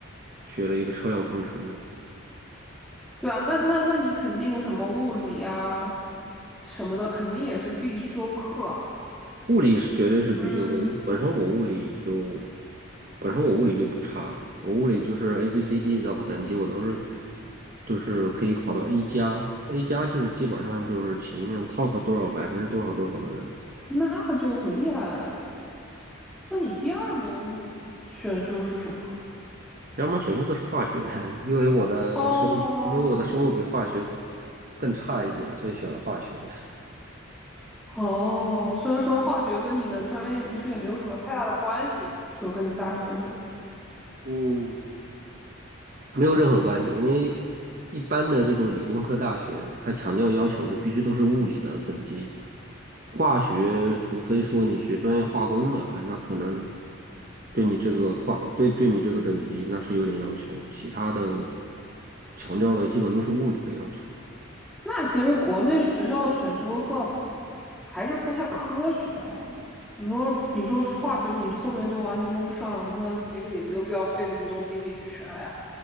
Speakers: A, on the right (about 40°); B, in the centre.
A: 学了一个车辆工程。
B: 对啊，那那那你肯定什么物理啊什么的，肯定也是必修课啊，
A: 物理是绝对是必修课，
B: 嗯，
A: 因为本身我物理就本身我物理就不差，我物理就是 A B C D 的话等级我都是就是可以考到 A 加，A 加就是基本上就是前面 top 多少百分之多少多少的人。
B: 那就很厉害了呀。那你第二门选修是什么？
A: 要么选修的是化学，<laughs> 因为我的生物，
B: 哦
A: 因为我的生物比化学更差一点，所以选了化学，
B: 哦，虽然说化学跟你的专业其实也没有什么太大的关系，就是跟你大学的专业。
A: 嗯没有任何关系。因为一般的这种理工科大学，它强调要求的必须都是物理的等级，化学除非说你学专业化工的，哎那可能对你这个化，对对你这个等级那是有点要求，其他的强调的基本都是物理的要求，
B: 那其实国内学校的选修课还是不太科学哈、你说，你说化学你后面都完全用不上，那其实也没有必要费那么多精力去学了呀。